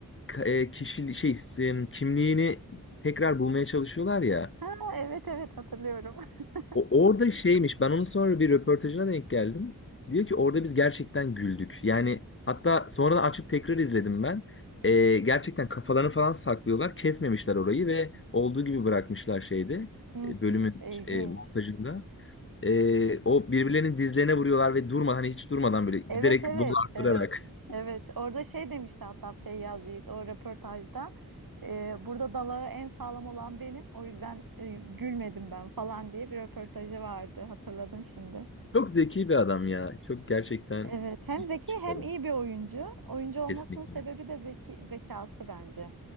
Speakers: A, on the left; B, on the right.
A: ka- e, kişi şey e, kimliğini tekrar bulmaya çalışıyorlar ya.
B: Ha, evet evet hatırlıyorum. <laughs>
A: O, orada şeymiş ben onun sonra bir röportajına denk geldim. Diyor ki orada biz gerçekten güldük. Yani hatta sonradan açıp tekrar izledim ben. Ee, gerçekten kafalarını falan saklıyorlar. Kesmemişler orayı ve olduğu gibi bırakmışlar şeyde.
B: Hmm,
A: e, Bölümün
B: ilginç.
A: e, montajında. Ee, o birbirlerinin dizlerine vuruyorlar ve durma hani hiç durmadan böyle giderek
B: Evet evet
A: doz arttırarak.
B: evet evet orada şey demişti hatta Feyyaz Yiğit o röportajda e, burada dalağı en sağlam olan benim o yüzden e, gülmedim ben falan diye bir röportajı vardı hatırladım şimdi.
A: <laughs> Çok zeki bir adam ya. Çok gerçekten
B: Evet hem
A: iyi
B: zeki hem
A: bir adam.
B: iyi bir oyuncu oyuncu olmasının
A: Kesinlikle.
B: sebebi de zeki, zekası bence.